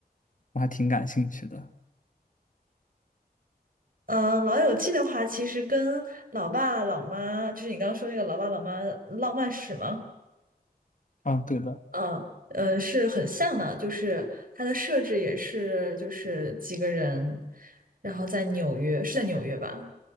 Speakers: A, on the left (about 55°); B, on the right (about 60°).
A: 我还挺感兴趣的。
B: 嗯、呃老友记》的话，其实跟《老爸老妈》，就是你刚刚说那个《老爸老妈浪漫史》吗？
A: 啊，对的。
B: 嗯，呃，是很像的，就是它的设置也是，就是几个人，然后在纽约，是在纽约吧？